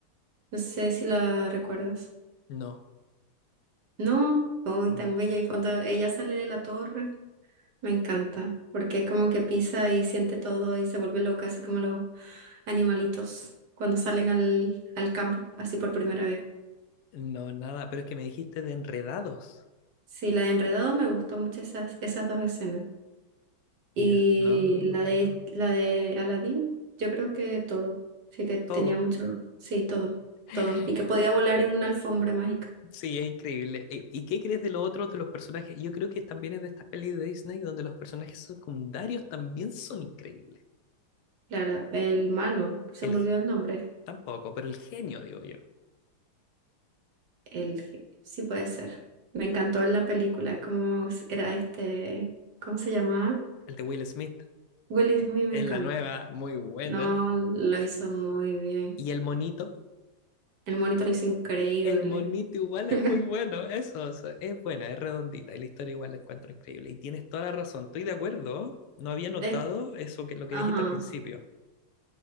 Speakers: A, on the right (about 60°); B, on the left (about 85°).
A: No sé si la recuerdas.
B: No,
A: No, hoy
B: no,
A: tan bella. Y cuando ella sale de la torre. Me encanta, porque como que pisa y siente todo y se vuelve loca, así como los animalitos cuando salen al, al campo así por primera vez.
B: no, nada, pero es que me dijiste de enredados.
A: Sí, la de Enredados me gustó mucho esas, esas dos escenas. Y
B: Ya, no, no, no
A: la de
B: me acuerdo.
A: la de Aladdin, yo creo que todo. Sí que tenía
B: Todo.
A: mucho, sí, todo,
B: <laughs>
A: todo. Y que podía volar en una alfombra mágica.
B: Sí, es increíble. ¿Y y qué crees de lo otro de los personajes? Yo creo que también es de estas pelis de Disney donde los personajes secundarios también son increíbles.
A: Claro, el malo, se
B: El,
A: me
B: ge-
A: olvidó el nombre.
B: tampoco, pero el genio, digo yo.
A: El, ge- sí puede ser. Me encantó en la película cómo s- era este, ¿cómo se llamaba?
B: El de Will Smith.
A: Will Smith
B: Es
A: me encanta.
B: la nueva, muy buena.
A: No, lo hizo muy bien.
B: Y el monito.
A: El monito lo hizo increíble.
B: El monito igual
A: <laughs>
B: es muy bueno. Eso, eso, es buena, es redondita. Y la historia igual la encuentro increíble. Y tienes toda la razón. Estoy de acuerdo. No había notado
A: Es,
B: eso que lo que
A: ajá.
B: dijiste al principio.